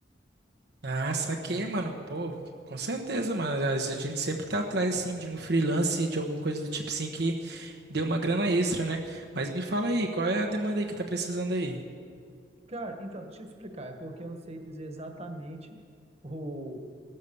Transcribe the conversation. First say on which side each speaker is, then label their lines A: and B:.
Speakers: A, on the right; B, on the right.
A: Ah, saquei, mano, pô, com certeza, mano, a gente sempre tá atrás, assim, de um freelance, de alguma coisa do tipo, assim, que dê uma grana extra, né? Mas me fala aí, qual é a demanda aí que tá precisando aí?
B: Cara, então, deixa eu te explicar, é porque eu não sei dizer exatamente o.